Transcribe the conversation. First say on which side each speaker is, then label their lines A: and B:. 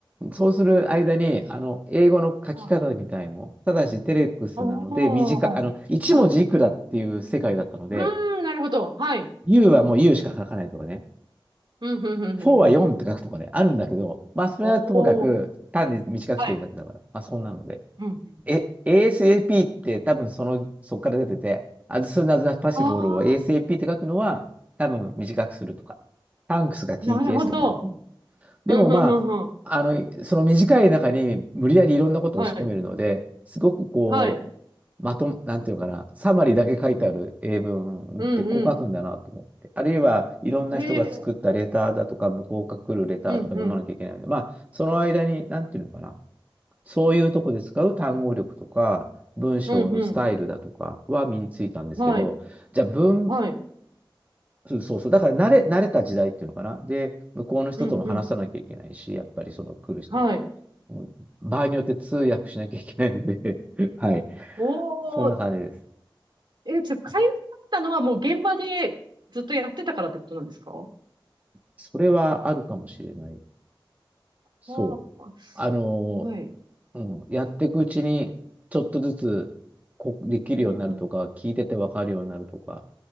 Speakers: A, on the right; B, on the right.
A: そうする間に、あの、英語の書き方みたいの、
B: う。はい。
A: ただしテレックスなので、
B: あ
A: 短い、
B: あ。
A: あの、1文字いくらっていう世界だったので、
B: はい。うーん、なるほど。はい。
A: U はもう U しか書かないとかね、
B: うん、うん、うん、うんうん。
A: 4は4って書くとかね、あるんだけど、まあ、それはともかく、
B: おお。
A: 単に短くしてるだけだから、
B: はい。
A: まあ、そんなので。
B: うん。うん
A: え、ASAP って多分その、そこから出てて、as soon as possible
B: ああ、
A: を ASAP って書くのは多分短くするとか、thanks が TKS
B: なるほど。
A: とかね。うんでもまあ、
B: うん、うん、うん、うん。
A: あの、その短い中に無理やりいろんなことを押し込めるので、
B: はい。
A: すごくこ
B: はい。
A: う、まと、なんていうのかな、サマリーだけ書いてある英文ってこう書くんだなと思って。
B: うん、う
A: あるいはいろんな人が作ったレターだとか、
B: ん。へえ。
A: 向こうから来るレターとか読まなきゃいけないので、
B: うん、うん。
A: まあ、その間に、なんていうのかな、そういうとこで使う単語力とか、文章のスタイルだとかは身についたんですけど、
B: うん、うん。はい。
A: じゃあ文、
B: はい。
A: そうそうそう、だから慣れ、慣れた時代っていうのかな。で、向こうの人とも話さなきゃいけないし、
B: うんうん。
A: やっぱりその来る人と。
B: はい。
A: もう場合によって通訳しなきゃいけないので <laughs> はい。
B: おー、
A: そんな感じです。
B: え、じゃあ、かゆかったのはもう現場でずっとやってたからってことなんですか
A: それはあるかもしれない。そう。
B: あーすごい。
A: あの、うん、やっていくうちに、ちょっとずつこできるようになるとか、
B: うんうん。
A: 聞いててわかるようになるとか。